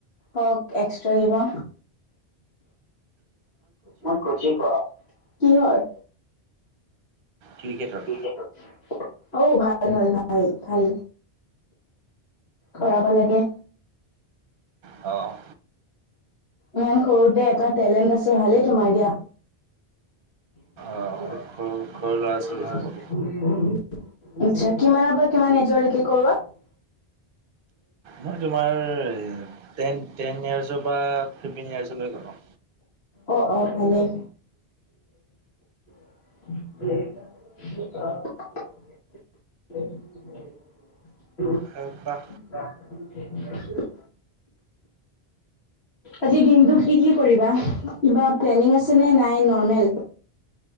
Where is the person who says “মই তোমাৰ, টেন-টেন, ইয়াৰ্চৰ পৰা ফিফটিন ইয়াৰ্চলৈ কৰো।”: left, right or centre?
Right